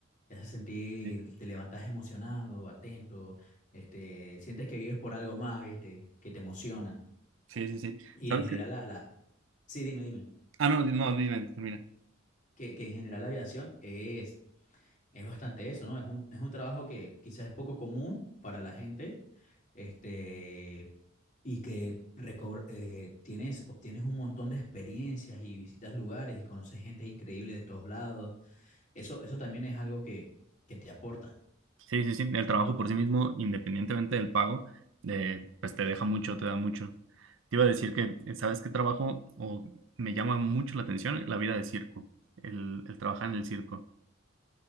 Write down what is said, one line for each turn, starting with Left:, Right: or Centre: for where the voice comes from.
Left: Te hace sentir,
Right: Sí,
Left: te levantas emocionado, atento, este, sientes que vives por algo más, ¿viste? Que te emociona.
Right: Sí, sí, sí.
Left: Y
Right: ¿Sabes
Left: en general,
Right: qué?
Left: la, la... sí, dime, dime,
Right: Ah, no, di- no, dime, termina.
Left: que, que en general la aviación es, es bastante eso, ¿no? Es un, es un trabajo que quizás es poco común para la gente, este, y que recobr- eh, tienes, obtienes un montón de experiencias y visitas lugares y conoces gente increíble de todos lados. Eso, eso también es algo que, que te aporta.
Right: Sí, sí, sí. El trabajo por sí mismo, independientemente del pago, de, pues te deja mucho, te da mucho. Te iba a decir que, eh, ¿sabes qué trabajo? O me llama mucho la atención la vida de circo, el, el trabajar en el circo.